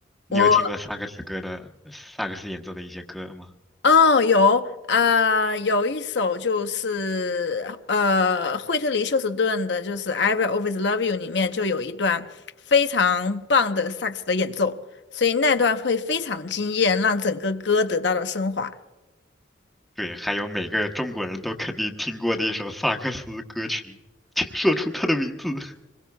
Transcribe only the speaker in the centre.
你有听过萨克斯歌的萨克斯演奏的一些歌吗？
对，还有每个中国人都肯定听过的一首萨克斯歌曲，请说出它的名字 <laughs>